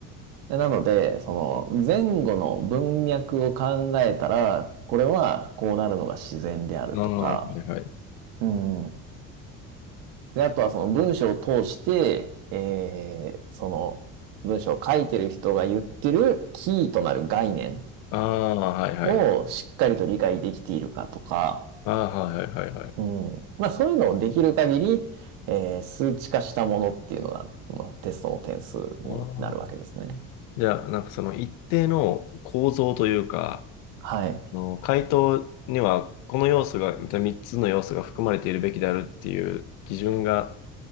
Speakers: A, on the right; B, on the left.
A: でなので、その前後の文脈を考えたら、これはこうなるのが自然であるとか、
B: ああ、はいはい。
A: うん。で、あとはその文章を通して、えー、その文章を書いてる人が言ってるキーとなる概念
B: ああ、はいはい。
A: をしっかりと理解できているかとか、
B: ああ、はいはいはいはい。
A: うん。まあそういうのをできる限り、えー数値化したものっていうのが、まあテストの点数になるわけですね。
B: ああ。じゃあ、なんかその一定の構造というか、
A: はい。
B: あの回答にはこの要素が、3つの要素が含まれているべきであるっていう基準が